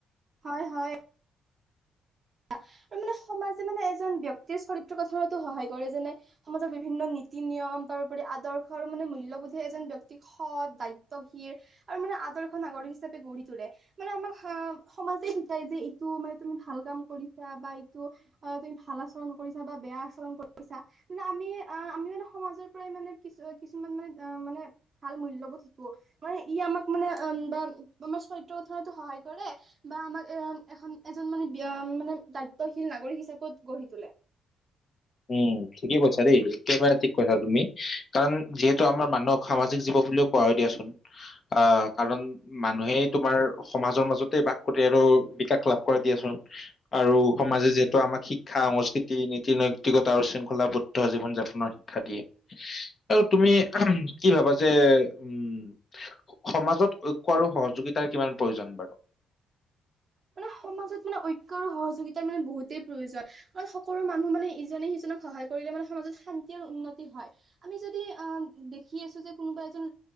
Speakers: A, on the right; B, on the left.
A: হয় হয় আৰু মানে সমাজে মানে এজন ব্যক্তিৰ চৰিত্ৰ গঠনতো সহায় কৰে যেনে সমাজৰ বিভিন্ন নীতি নিয়ম তাৰপৰা আদৰ্শ মানে মলবোধে এ ব্যক্ত সৎ দায়িত্বশী আৰু মানে আদৰ্শ নাগৰিক হিচাপে গঢ় তোলে মানে আমাক সমাজে শিকাই যে এইটো মানে তুমি ভাল কাম কৰি বা এইটো অ তুমি ভাল আচৰণ কৰিছা বা বেয়া আচৰণ কৰিছা মানে আমি অ' আমি মানে সমাজৰ পৰাই মানে কি কিছুমান মানে মানে ভাল মূল্যবস্তু শিকো মানে ই আমাক মানে বা আমাৰ চৰিত্ৰ গথনতো সহায় কৰে বা আমাক এ এজন মানে - মানে দায়িত্বশীল নাগৰিক হিচাপেও গঢ়ি তোলে।
B: উম ঠিকেই কৈছা দেই একেবাৰে ঠিক কৈছা তুমি কাৰণ যিহেতু আমাৰ মানুহক সামাজিক জীৱ বুলি হো কয় দিয়াচোন আহ কাৰণ মানুহে তোমাৰ সমাজৰ মাজতে বাস কৰি আৰু বিকাশ লাভ কৰা দিয়াচোন আৰু সমাজে যিহেতু আমাক শিক্ষা সংস্কৃতি নীতি নি নৈতিকতা আৰু শৃংখলা বুদ্ধ জীৱন যাপনৰ শিক্ষা দিয়ে আৰু তুমি কি ভাবা যে হয় উম সমাজত ঐক্য আৰু সহযোগিতাৰ কিমান প্ৰয়োজন বাৰু <unintelligible>
A: মানে সমাজত মানে ঐক্য আৰু সহযোগিতাৰ মানে বহুতেই প্ৰয়োজন কাৰণ সকলো মানুহ মানে ইজনে সিজন সহায় কৰিলে মানে সমাজত শান্তি আৰু উন্নতি হয় আমি যদি আ দেখি আছোঁ যে কোনোবাই এজন